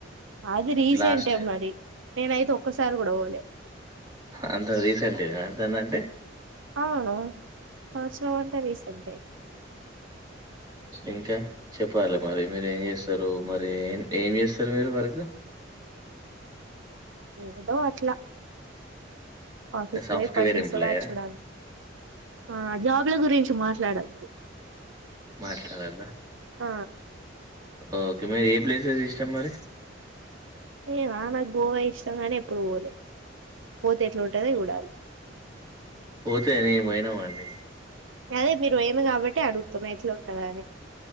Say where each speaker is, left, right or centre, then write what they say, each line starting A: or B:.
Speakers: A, on the right; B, on the right.
A: అది రీసెంట్
B: లాస్ట్
A: ఏ మరి నేనయితే ఒక్కసారి కూడా పోలే
B: అంత రీసెంట్ గాన ఎంతందంటే
A: అవును సంవత్సరం అంటే రీసెంట్ ఏ
B: ఇంకా చెప్పాలి మరి మీరు ఏం చేస్తారు మరి ఏం ఏం చేస్తారు మీరు వర్క్
A: <unintelligible> ఏదో అట్లా ఆఫీస్
B: సాఫ్ట్వేర్
A: పోయి పని చేసుడా
B: ఎంప్లాయా?
A: అచ్చుడ అంతే ఆ జాబ్ల గురించి మా ట్లాడద్దు
B: మాట్లాడద్ద
A: ఆ
B: ఓకే మీరే ఏ ప్లేసెస్ ఇష్టాం మరి
A: మీ మా నాకు గోవా ఇష్టంగానే ఎప్పుడు పోలే పోతే ఎట్లుంటందో చూడాలి
B: పోతే నేం పోయినమండి
A: అదే మీరు ఏమి కాబట్టి అడుగుతున్న ఇట్లా ఉంటందని